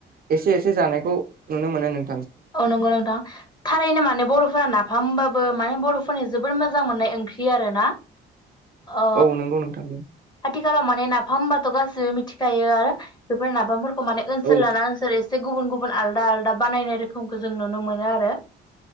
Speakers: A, on the right; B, on the left.
A: एसे एसे जानायखौ नुनो मोनो नों
B: औ नंगौ नोंथां थारैनो माने बरफोरा नाफाम होबाबो माने बर फोरनि जोबोद मोजां मोननाय ओंख्रि आरो ना ओ
A: औ नंगौ नोंथां।
B: आथिखालाव माने नाफाम होनबाथ' गासैबो मिथिखायो आरो बेफोर नाफामफोरख माने ओनसोल
A: औ
B: लाना ओसोल एसे गुबुन गुबुन आलदा आल दा बानायनो रो खोमखौ जों नुनो मोनो आरो।